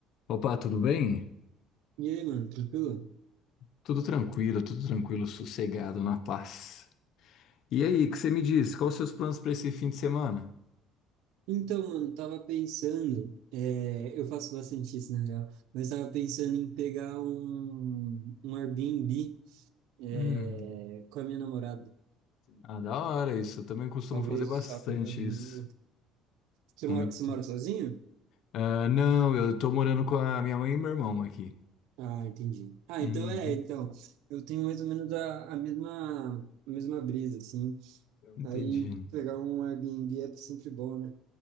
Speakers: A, on the left (about 55°); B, on the right (about 80°).
A: Opa, tudo bem?
B: E aí, mano, tranquilo?
A: Tudo tranquilo, tudo tranquilo, sossegado, na paz. E aí, o que você me diz? Quais os seus planos para esse fim de semana?
B: Então, mano, tava pensando, é, eu faço bastante isso na real, mas tava pensando em pegar um, um Airbnb, é,
A: Hum,
B: com a minha namorada.
A: ah, da hora isso. Eu também costumo
B: Talvez
A: fazer bastante
B: sábado para domingo.
A: isso.
B: Você
A: Muito.
B: mora, você mora sozinho?
A: Ah, não, eu tô morando com a minha mãe e meu irmão aqui.
B: Ah, entendi. Ah,
A: Uhum,
B: então é, então. Eu tenho mais ou menos a, a mesma, a mesma brisa, assim.
A: entendi.
B: Aí pegar um Airbnb é sempre bom, né?